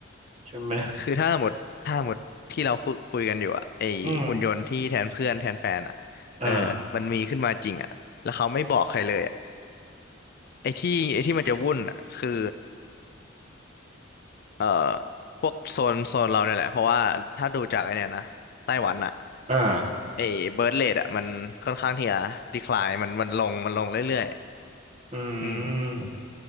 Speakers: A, on the right; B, on the left.
A: ใช่ไหม
B: คือถ้าหมดถ้าหมดที่เราคุยคุยกันอยู่อะไอหุ่นยนต์ที่แทนเพื่อนแทนแฟนอะเออมันมีขึ้นมาจริงอะแล้วเขาไม่บอกใครเลยอะ
A: อืมอ่า
B: ไอที่ไอที่มันจะวุ่นอะคือเออพวกโซนโซนเราเนี่ยแหละเพราะว่าถ้าดูจากไอเนี่ยนะไต้หวันอะ
A: อ่า
B: ไอเบิร์ธเรทอะมันค่อนข้างที่จะดีคลายมันมันลงมันลงเรื่อย
A: อืม
B: ๆอืม